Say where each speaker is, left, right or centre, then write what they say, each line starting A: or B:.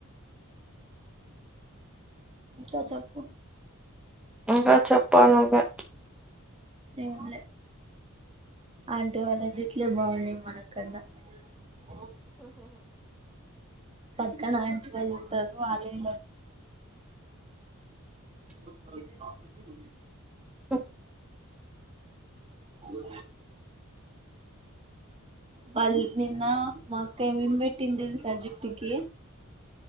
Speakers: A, on the right; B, in the centre.
A: ఇంకా చప్పు
B: ఇంకా చప్పాల్ నువ్వే
A: ఏం లే అంటే వాళ్ళ జెట్లే బావున్నాయ్ మనకన్నా క పక్కన ఆంటీ వాళ్ళు ఉంటారు <inaudible> ఇప్పు కాపింది
B: ఓ
A: ఊ వల్ నిన్న మా అక్క ఏమేం బెట్టింద్ తెల్సా జుట్టుకి